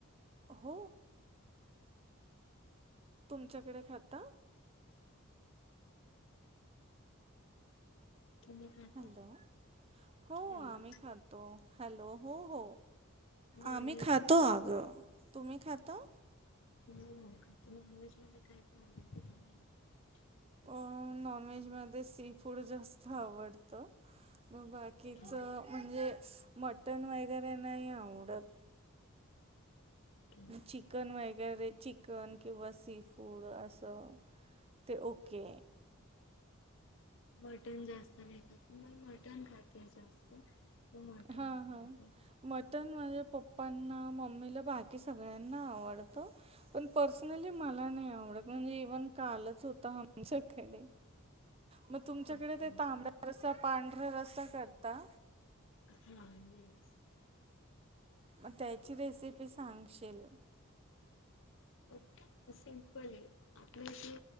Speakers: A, on the right; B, on the left.
A: हो तुमच्याकडे खाता
B: तुम्ही खाता?
A: हॅलो हो
B: हॅलो
A: आम्ही खातो हॅलो हो हो
B: नॉनव्हेज
A: आम्ही खातो
B: मध्ये
A: अग तुम्ही खाता
B: <unintelligible>
A: अ नॉन व्हेज मध्ये सी फूड जास्त आवडत म बाकीच
B: ओके
A: म्हणजे मटण वगैरे नाही आवडत
B: ओके ओके.
A: चिकन वगैरे चिकन किंवा सी फूड असं ते ओके
B: मटन जास्त नाही खात मग मटन खाते जास्त. मी मटण
A: हां हां
B: खाते
A: माझ्या पप्पांना मम्मीला बाकी सगळ्यांना आवडत पण पर्सनली मा मला नाही आवडत म्हणजे इव्हन कालच होता आमच्याकडे मग तुमच्याकडे
B: ओके
A: ते
B: ओके.
A: तांबड रस् पांढरा्या रसा करता
B: हा येस
A: मग त्याची रेसिपी सांगशील
B: ओके सिंपल आहे आपले जे